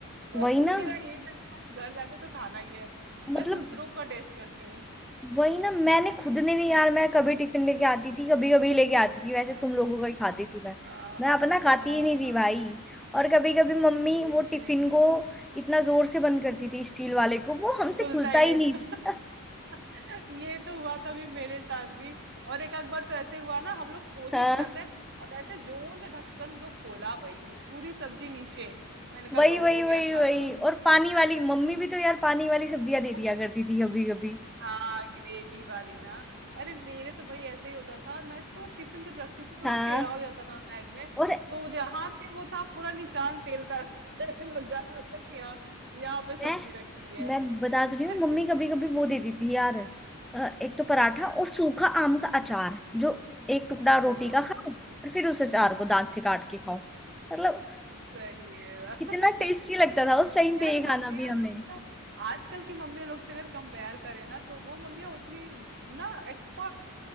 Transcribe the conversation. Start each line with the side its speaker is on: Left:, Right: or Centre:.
Right: तो
Centre: वही ना
Right: <laughs> मेरा ये था कि भाई घर जाके तो खाना ही है
Centre: मतलब
Right: मैं दूसरों का टेस्ट करती हूँ
Centre: वही ना मैंने खुद ने नहीं यार मैं कभी टिफिन लेके आती थी कभी कभी लेके आती थी वैसे तुम लोगों का ही खाती थी मैं
Right: हाँ
Centre: मैं
Right: हाँ
Centre: अपना खाती
Right: हाँ
Centre: ही नहीं थी
Right: हाँ
Centre: भाई और कभी कभी मम्मी
Right: टेस्ट
Centre: वो टिफिन
Right: नहीं
Centre: को इतना जोर से बंद करती थी स्टील वाले को वो हमसे
Right: खुलता
Centre: खुलता
Right: ही
Centre: ही
Right: नहीं
Centre: नहीं
Right: था <laughs> ये तो हुआ था भी मेरे साथ भी और एक आध बार तो ऐसे हुआ ना हम लोग कोशिश
Centre: था हाँ
Right: कर रहे हैं और ऐसे जोर से ढक्कन जो खोला भाई पूरी सब्जी नीचे मैंने कहा
Centre: वही
Right: लो
Centre: वही
Right: हो गया
Centre: वही
Right: खाना
Centre: वही और पानी वाली मम्मी भी तो यार पानी वाली सब्जियां दे दिया
Right: <laughs>
Centre: करती थी अभी अभी
Right: हाँ ग्रेवी वाली ना अरे मेरे तो भाई ऐसा ही होता था मैं इसको टिफिन जब रखती थी थोड़ा
Centre: हाँ
Right: टेढ़ा हो जाता था बैग में
Centre: और
Right: तो जहाँ थे वो था पूरा निशान तेल का <laughs> ऐसे लग जाता था कि हाँ यहाँ पे सब्जी
Centre: मैं
Right: रखी है
Centre: मैं बता तो रही हूँ
Right: <laughs>
Centre: मम्मी कभी कभी वो देती थी यार अ, एक तो पराठा और सूखा आम का अचार जो एक टुकड़ा रोटी
Right: हाँ
Centre: का खाओ और फिर उस अचार को दांत से काट के खाओ मतलब
Right: सही है <laughs>
Centre: इतना
Right: बात।
Centre: टेस्टी लगता था उस टाइम
Right: यार
Centre: पे ये
Right: मम्मियाँ
Centre: खाना भी हमें
Right: लोग ना आजकल की मम्मी लोग से अगर कंपेयर करें ना तो वो मम्मियाँ उतनी ना स्टार्ट